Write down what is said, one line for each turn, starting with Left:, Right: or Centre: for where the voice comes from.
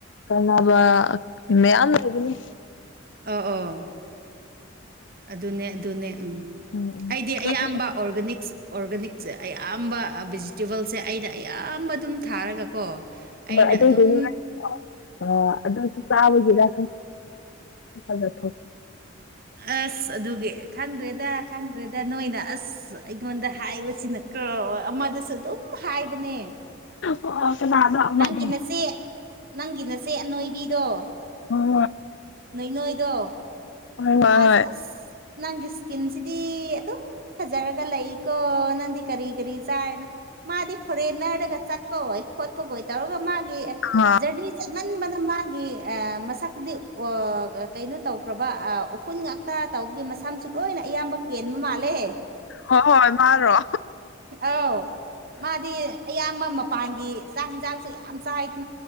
Left: ꯀꯃꯕ ꯃ ꯃꯗꯤꯅꯤ
Right: ꯑ ꯑꯣ ꯑꯗꯨꯅꯦ ꯑꯗꯨꯅꯦ ꯎꯝ
Left: ꯎꯝ ꯎꯝ
Right: ꯑꯩꯗꯤ ꯑꯌꯥꯝꯕ ꯑꯣꯔꯒꯥꯅꯤꯛꯁ ꯑꯣꯔꯒꯥꯅꯤꯛꯁꯦ ꯑꯌꯥꯝꯕ ꯚꯤꯖꯤꯇꯦꯕꯜꯁꯦ ꯑꯩꯅ ꯑꯌꯥꯝꯕ ꯑꯗꯨꯝ ꯊꯥꯔꯒꯀꯣ
Left: ꯍꯣꯏ
Right: ꯑꯩꯅ
Left: ꯑꯗꯨꯏꯗꯨꯥꯛ
Right: ꯑꯗꯨꯝ
Left: ꯑ ꯑꯗꯨꯁꯨ ꯆꯥ ꯔ ꯈꯗ ꯆ
Right: ꯑꯁ ꯑꯗꯨꯒꯤ ꯈꯪꯗ꯭ꯔꯦꯗ ꯈꯪꯗ꯭ꯔꯦꯗ ꯅꯣꯏꯅ ꯑꯁ ꯑꯩꯉꯣꯟꯗ ꯍꯥꯏꯕꯁꯤꯅ ꯀ ꯑꯃꯗꯁꯨ ꯑꯗꯨꯝ ꯍꯥꯏꯕꯅꯦ
Left: ꯑꯣ ꯀꯅꯥꯅꯣ ꯑꯃꯗꯤ
Right: ꯅꯪꯒꯤ ꯅꯆꯦ ꯅꯪꯒꯤ ꯅꯆꯦ ꯑꯅꯣꯏꯕꯤꯗꯣ
Left: ꯍꯣꯏ
Right: ꯅꯣꯏ ꯅꯣꯏꯗ
Left: ꯍꯣꯏ ꯑꯁ
Right: ꯃꯥꯁ
Left: ꯍꯣꯏ ꯍꯣꯏ
Right: ꯑꯁ ꯅꯪꯒꯤ ꯏꯁꯀꯤꯟꯁꯤꯗꯤ ꯑꯗꯨꯝ ꯐꯖꯔꯒ ꯂꯩꯀꯣ ꯅꯪꯗꯤ ꯀꯔꯤ ꯀꯔꯤ ꯆꯥꯔꯦꯅ ꯃꯥꯗꯤ ꯐꯣꯔꯦꯟꯅꯔꯗꯒ ꯆꯠꯄ ꯍꯣꯏ ꯈꯣꯠꯄꯒꯣꯏ ꯇꯧꯔꯒ ꯃꯥꯒꯤ
Left: ꯍꯣꯏ ꯑꯥ
Right: ꯖꯔꯅꯤ ꯃꯟꯕꯅ ꯃꯥꯒꯤ ꯃꯁꯛꯇꯨꯗꯤ ꯀꯩꯅꯣ ꯇꯧꯈ꯭ꯔꯕ ꯎꯐꯨꯟ ꯉꯥꯛꯇ ꯇꯧꯒꯤ ꯃꯁꯝꯁꯨ ꯂꯣꯏꯅ ꯑꯌꯥꯝꯕ ꯀꯦꯟꯕ ꯃꯥꯜꯂꯦ
Left: ꯍꯣꯏ ꯍꯣꯏ ꯃꯥꯔꯣ
Right: ꯑꯥꯎ ꯃꯥꯗꯤ ꯑꯌꯥꯝꯕ ꯃꯄꯥꯟꯒꯤ ꯆꯥꯛ ꯌꯦꯟꯖꯥꯡꯁꯨ ꯌꯥꯝ ꯆꯥꯏ